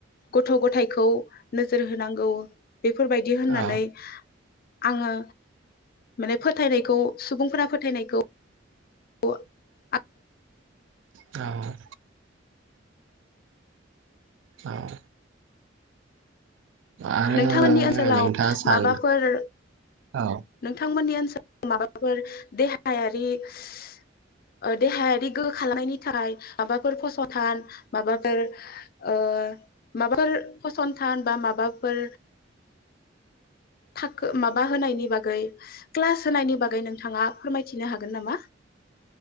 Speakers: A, on the left; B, on the right.
A: गथ' गथायखौ नोजोर हो नांगौ बेफोरबायदि होननानै
B: औ औ
A: आङो माने फोथायनायखौ सुबुंफोरा फोथायनायखौ अ
B: औ औ आरो
A: नोंथांमोननि ओनसोलाव
B: नोंथाङा सान
A: माबाफोर
B: औ
A: नोंथांमोननि ओन ओनसोलाव माबाफोर देहायारि गोहो खालामनायनि थाखाय माबाफोर फसंथान माबाफोर ओ माबाफोर फसंथान बा माबाफोर थाखो माबा होनायनि बागै क्लास होनायनि बागै नोंथाङा फोरमायथिनो हागोन नामा